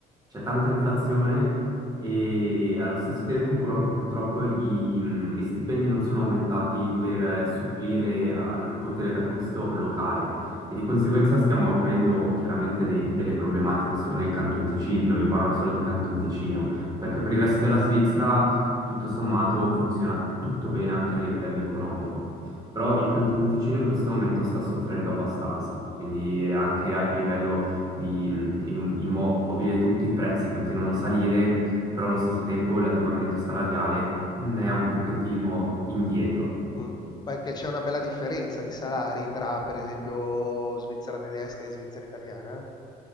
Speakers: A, on the right; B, on the left.
A: c'è tanta inflazione e allo stesso tempo però purtroppo i- gli stipendi non sono aumentati per eh, supplire al potere d'acquisto locale e di conseguenza stiamo avendo chiaramente dei- delle problematiche so- nel Canton Ticino, io parlo solo di Canton Ticino, perché per il resto della Svizzera tutto sommato funziona tutto bene anche a livello economico. Però il Canton Ticino in questo momento sta soffrendo abbastanza, quindi anche a livello di mh, im- immobile tutti i prezzi continuano a salire, però allo stesso tempo l'adeguamento salariale mh, è
B: No-
A: un pochettino indietro.
B: mm. Perché c'è una bella differenza di salari tra, per esempio, Svizzera tedesca e Svizzera italiana.